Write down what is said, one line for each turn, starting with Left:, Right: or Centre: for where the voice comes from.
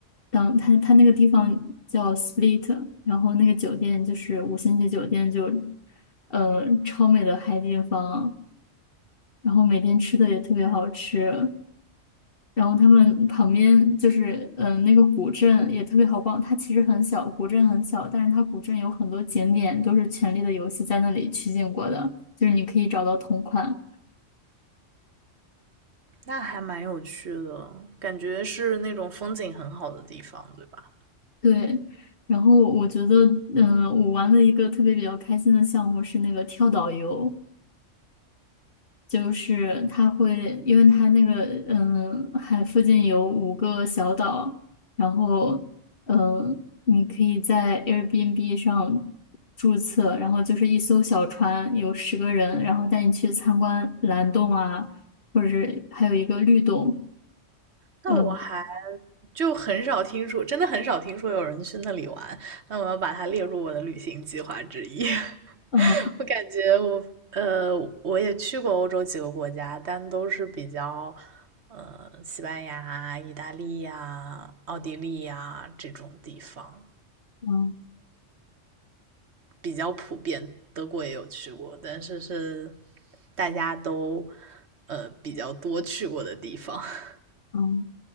Left: 当它它那个地方叫 Split，然后那个酒店就是五星级酒店就，嗯超美的海景房，然后每天吃的也特别好吃，然后他们旁边就是嗯、呃那个古镇也特别好逛，它其实很小，古镇很小，但是它古镇有很多景点都是《权力的游戏》在那里取景过的，就是你可以找到同款。
Right: 那还蛮有趣的，感觉是那种风景很好的地方，对吧？
Left: 对，然后我觉得，嗯、我玩了一个特别比较开心的项目是那个跳岛游，就是它会，因为它那个，嗯、海附近有五个小岛，然后，嗯、你可以在 Airbnb 上注册，然后就是一艘小船，有十个人，然后带你去参观蓝洞啊，或者是还有一个绿洞，
Right: 那我还
Left: 嗯
Right: 就很少听说，真的很少听说有人去那里玩，那我要把它列入我的旅行计划之一。<laughs>
Left: 嗯
Right: 我感觉我呃，我也去过欧洲几个国家，但都是比较呃，西班牙、意大利呀、奥地利呀这种地方
Left: 嗯
Right: 比较普遍。德国也有去过，但是是大家都呃比较多去过的地方。<laughs>
Left: 嗯。